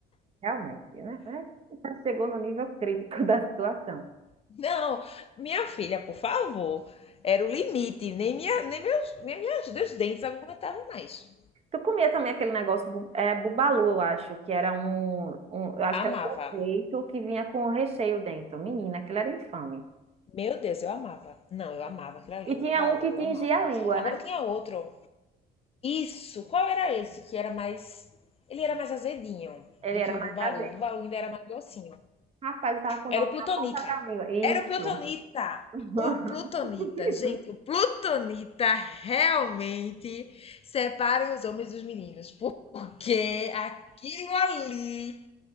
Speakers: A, on the right; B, on the left.
A: realmente, né? né? Já chegou no nível crítico <laughs> da situação.
B: <laughs> Não, minha filha, por favor. Era o limite. Nem, minha, nem, meus, nem minhas, meus dentes aguentavam mais.
A: Tu comia também aquele negócio, bu- é, bubalu, eu acho, que era um, um- eu acho
B: Amava.
A: que era um peito que vinha com o recheio dentro. Menina, aquilo era infame.
B: Meu Deus, eu amava. Não, eu amava aquilo ali,
A: E
B: o
A: tinha
B: Bubalu,
A: um que tingia
B: eu amava.
A: a língua,
B: Agora
A: né?
B: tinha outro Isso! Qual era esse que era mais. Ele era mais azedinho
A: Ele
B: do
A: era
B: que o
A: mais
B: Bubalu.
A: azedo.
B: O Bubalu ainda era mais docinho.
A: Rapaz, eu tava com o
B: Era
A: nome
B: o Plutonita.
A: na ponta da língua. Isso.
B: Era o Plutonita!
A: <laughs>
B: O Plutonita, gente, o Plutonita realmente separa os homens dos meninos. Porque aquilo ali.